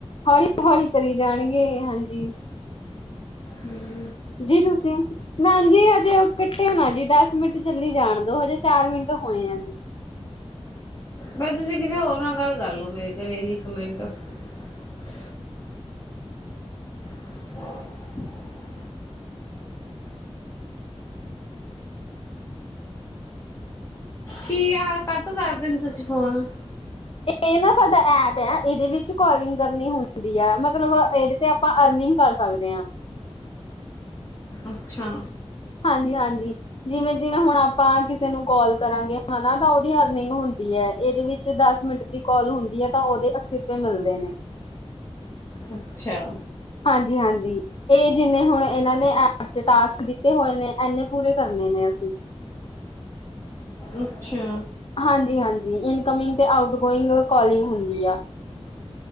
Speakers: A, on the left; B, on the left.
A: ਹੌਲੀ ਹੌਲੀ ਕਰੀ ਜਾਣਗੇ ਹਾਂਜੀ
B: ਹਮ
A: ਜੀ ਤੁਸੀਂ ਨਾ ਜੀ ਹਜੇ ਹੋਣਾ ਜੀ ਦਸ ਮਿੰਟ ਜਲਦੀ ਜਾਣ ਦੋ ਹਜੇ ਚਾਰ ਮਿੰਟ ਹੋਏ ਆ ਜੀ
B: ਬ ਤੁਸੀਂ ਕਿਸੇ ਹੋਰ ਨਾਲ ਗੱਲ ਕਰਲੋ ਮੇਰੇ ਘਰੇ ਜੀ <unintelligible> <inaudible> ਕੀ ਆ ਕਦ ਕਰਦੇਣੀ ਤੁਸੀਂ ਫੋਨ
A: ਇਹ ਨਾ ਸਾਡਾ ਐਪ ਆ ਇਹਦੇ ਵਿੱਚ ਕਾਲਿੰਗ ਕਰਨੀ ਹੁੰਦੀ ਹੈ ਮਤਲਬ ਮਤਲਬ ਇਹਦੇ ਤੇ ਆਪਾਂ ਅਰਨਿੰਗ ਕਰ ਸਕਦੇ ਹਾਂ
B: ਅੱਛਾ
A: ਹਾਂਜੀ ਹਾਂਜੀ ਜਿਵੇਂ ਜਿਵੇਂ ਹੁਣ ਆਪਾਂ ਕਿਸੇ ਨੂੰ ਕਾਲ ਕਰਾਂਗੇ ਹਨਾ ਤਾਂ ਉਹਦੀ ਅਰਨਿੰਗ ਹੁੰਦੀ ਇਹਦੇ ਵਿੱਚ ਦਸ ਮਿੰਟ ਦੀ ਕਾਲ ਹੁੰਦੀ ਹੈ ਤਾਂ ਉਹਦੇ ਅੱਸੀ ਰੁਪਏ ਮਿਲਦੇ ਨੇ
B: ਅੱਛਾ।
A: ਹਾਂਜੀ ਹਾਂਜੀ। ਇਹ ਜਿੰਨੇ ਹੁਣ ਇਹਨਾਂ ਨੇ ਚ ਟਾਸਕ ਦਿੱਤੇ ਹੋਏ ਨੇ ਇਨੇ ਪੂਰੇ ਕਰਨੇ ਨੇ ਅਸੀਂ।
B: ਅੱਛਾ।
A: ਹਾਂਜੀ ਹਾਂਜੀ ਇਨਕਮਿੰਗ ਤੇ ਆਊਟ ਗੋਇੰਗ ਕੋਾਲਿੰਗ ਹੁੰਦੀ ਆ।